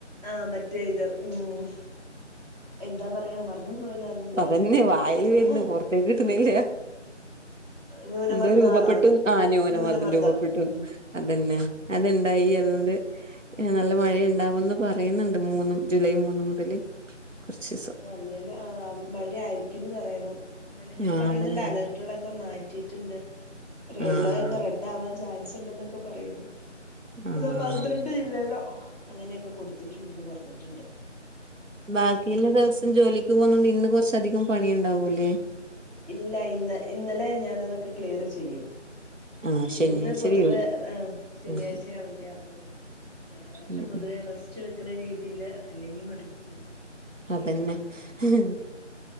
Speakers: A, on the right; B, on the right.
A: ആഹ് മറ്റേ ഇത് മ്ഹ് എന്താപറയാ മറന്നും പോയല്ലോ അതിന്റെ
B: അതെന്നെ വായ്ല് വെര്ന്ന്
A: ആഹ്
B: പൊർത്തേക്ക് കിട്ട്ണില്ല
A: ന്യൂനമർദ്ദാണോ
B: എതോ രൂപപ്പെട്ടു ആ ന്യുനമർദ്ദം
A: ന്യൂനമർദ്ദം
B: രൂപപ്പെട്ടു
A: ഉം
B: അതന്നെ അത്ണ്ടായി അതോണ്ട് നല്ല മഴയുണ്ടാവുംന്ന് പറ പെയ്ന്ന്ണ്ട് മൂന്നും ജൂലൈ മൂന്ന് മുതല് കുറച്ചീസം
A: അല്ലേല് ആവ് മഴ ആയിരി റ്റിന്ന് പറയുണു ഇന്നലെ
B: ആഹ്
A: പറയ്ന്ന്ണ്ട്
B: അതന്നെ
A: അലേട്ട്കളൊക്കെ മാറ്റിട്ട്ണ്ട് റി യെല്ലോയൊക്കെ
B: ആഹ്
A: റെഡാവാൻ ചാൻസുണ്ടന്നൊക്കെ പറയുന്നു
B: ആഹ്
A: ന്ന പന്ത്രണ്ട് ജി ഇല്ലേല്ലോ അങ്ങനെയൊക്കെ കൊടുത്തിട്ടുണ്ടന്ന് പറഞ്ഞിട്ടിണ്ട്
B: ബാക്കിയുള്ള ദിവസം ജോലിക്ക് പോകുന്നോണ്ട് ഇന്ന് കുറച്ച അധികം പണിയിണ്ടാവൂല്ലേ
A: ഇല്ല ഇന്ന് ഇന്നലെ ഞാൻ അതൊക്കെ ക്ലിയറ് ചെയ്യും.
B: ആഹ് ശനിയാഴ്ച
A: ഇന്ന് പൊതുവേ
B: ലീവ്
A: ആ ശനിയാഴ്ച
B: ഉം
A: അവധിയാ അപ്പം ഞായറാഴ്ച
B: ഉം
A: പൊതുവേ
B: ഉം
A: റെസ്റ്റ് എടുക്കണ രീതിയില്. അല്ലെങ്കി മടുത്ത
B: അതന്നെ ഹ് ഹ്